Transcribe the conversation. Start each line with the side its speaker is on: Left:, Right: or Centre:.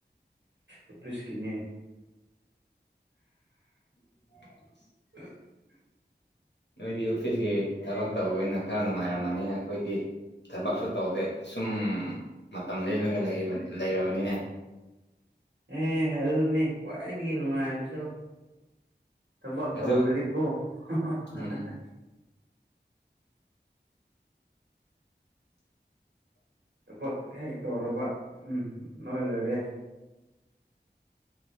Right: ꯑꯣꯐꯤꯁꯀꯤꯅꯦ
Left: <inaudible>
Right: <inaudible>
Left: ꯅꯣꯏꯗꯤ ꯑꯣꯐꯤꯁꯀꯤ ꯊꯕꯛ ꯇꯧꯋꯦꯅ ꯈꯔ ꯅꯨꯡꯉꯥꯏꯔꯝ ꯃꯅꯤ ꯑꯩꯈꯣꯏꯗꯤ ꯊꯕꯛꯁꯨ ꯇꯧꯗꯦ ꯁꯨꯝ ꯃꯇꯝ ꯂꯦꯜꯂꯒ ꯂꯩ ꯂꯩꯔꯕꯅꯤꯅꯦ
Right: ꯑꯦ ꯑꯗꯨꯅꯤ ꯈꯨꯋꯥꯏꯗꯒꯤ ꯅꯨꯡꯉꯥꯏꯕ ꯁꯨ ꯊꯕꯛ ꯇꯧꯔꯗꯤꯀꯣ
Left: ꯑꯗꯨ
Right: ꯍꯥꯍꯥꯍꯥ
Left: ꯎꯝ <inaudible>
Right: ꯊꯕꯛ ꯍꯦꯛ ꯇꯧꯔꯕ ꯎꯝ ꯅꯣꯏ ꯂꯣꯏꯔꯦ